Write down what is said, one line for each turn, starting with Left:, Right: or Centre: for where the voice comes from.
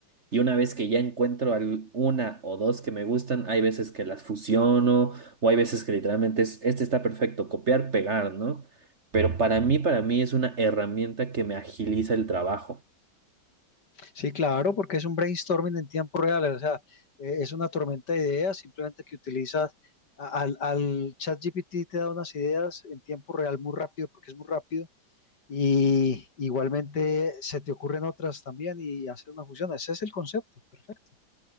Right: Y una vez que ya encuentro al- una o dos que me gustan, hay veces que las fusiono o hay veces que literalmente es, este está perfecto, copiar, pegar, ¿no? Pero para mí, para mí es una herramienta que me agiliza el trabajo.
Left: Sí, claro, porque es un brainstorming en tiempo real, o sea, eh, es una tormenta de ideas, simplemente que utilizas a- al, al ChatGPT te da unas ideas en tiempo real muy rápido, porque es muy rápido, y igualmente se te ocurren otras también y hacer una fusión. Ese es el concepto, perfecto.